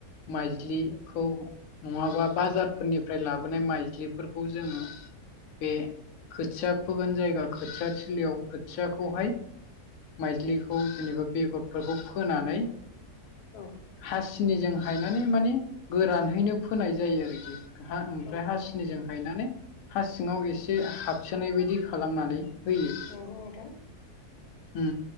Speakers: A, on the left (about 65°); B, on the left (about 85°).
A: माइज्लिखौ नङाबा बाजारफोरनि फ्राय लाबोनाय माइज्लिफोरखौ जोङो बे खोथिया फोगोन जायगा खोथिया थिलियाव खोथियाखौहाय माइज्लिखौ जेनेबा बेगरफोरखौ फोनानै
B: औ।
A: हासिनिजों हायनानै माने गोरानहैनो फोनाय जायो आरोखि। हा ओमफ्राय
B: औ
A: हासिनिजों
B: औ
A: गायनानै हा सिङाव एसे हाबसोनाय बायदि खालामनानै होयो।
B: नंगौ नोंथां।
A: उम